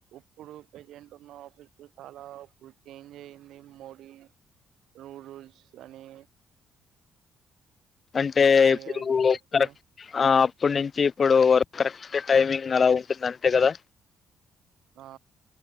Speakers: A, on the right; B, on the left.
A: ఇప్పుడు ప్రజెంట్ ఉన్న ఆఫీస్ చాలా ఇప్పుడు చేంజ్ అయింది మోడీ రూ రూల్స్ అని
B: అంటే
A: అవన్నీ
B: ఇప్పుడు
A: వచ్చాయి.
B: కరెక్ట్ ఆ ఇప్పటి నుంచి ఇప్పుడు వర్క్ కరెక్ట్ టైమింగ్ అలా ఉంటుంది అంతే కదా
A: ఆ